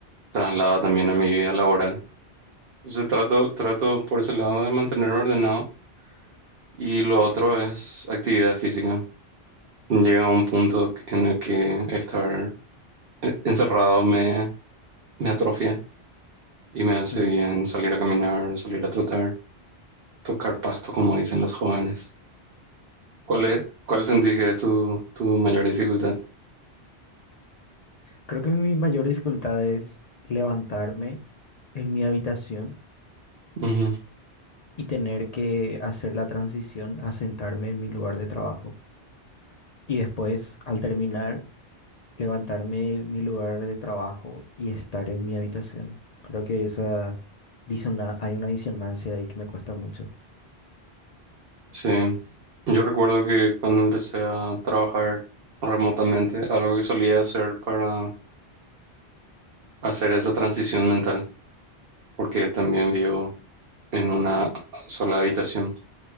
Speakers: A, on the right; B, on the left.
A: traslada también a mi vida laboral. Entonces trato, trato por ese lado de mantener ordenado y lo otro es actividad física. llega a un punto en el que estar eh, encerrado me, me atrofia y me hace
B: Mm.
A: bien salir a caminar, salir a trotar, tocar pasto, como dicen los jóvenes. ¿Cuál es, cuál sentís que es tu, tu mayor dificultad?
B: Creo que mi mayor dificultad es levantarme en mi habitación
A: Ujú,
B: y tener que hacer la transición a sentarme en mi lugar de trabajo. Y después, al terminar, levantarme de mi lugar de trabajo y estar en mi habitación. Creo que esa disona- hay una disonancia ahí que me cuesta mucho.
A: Sí, yo recuerdo que cuando empecé a trabajar remotamente, algo que solía hacer para hacer esa transición mental, porque también vivo en una sola habitación,